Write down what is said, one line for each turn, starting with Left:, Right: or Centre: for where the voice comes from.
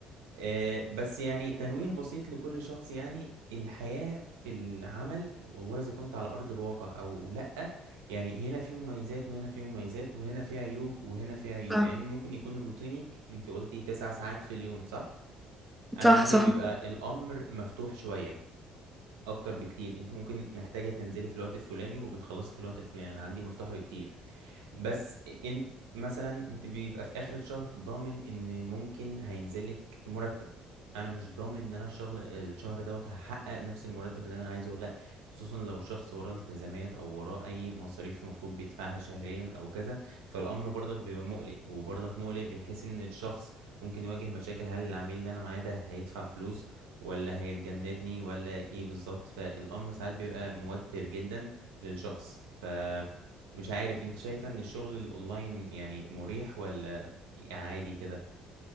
Right: آه، بس يعني تنويه بسيط لكل شخص يعني الحياة في العمل والله إذا كنت على أرض الواقع أو لأ يعني هنا في مميزات وهنا في مميزات وهنا في عيوب وهنا في عيوب
Centre: صح
Right: يعني ممكن يكون روتينك أنت قلتي تسع ساعات في اليوم صح؟ أنا
Centre: صح
Right: عندي
Centre: صح
Right: بيبقى الأمر مفتوح شوية اكتر بكتير انت ممكن محتاجه تنزلي في الوقت الفلاني وبتخلصي في الوقت الفلاني انا عندي مفتوحه بكتير بس انت مثلا انت بيبقى في اخر الشهر ضامن ان ممكن هينزلك مرتب انا مش ضامن ان انا الشغل الشهر دوت هحقق نفس المرتب اللي انا عايزه ولا لا خصوصا لو شخص وراه التزامات او وراه اي مصاريف مفروض بيدفعها شهريا او كذا فالامر برضك بيبقى مقلق وبرضك مقلق بحيث ان الشخص ممكن يواجه مشاكل هل العميل اللي انا معاه ده هيدفع فلوس ولا هيتجنبني ولا ايه بالظبط فالامر ساعات بيبقى موتر جدا للشخص ف مش عارف انت شايفة ان الشغل الاونلاين يعني مريح ولا عادي كده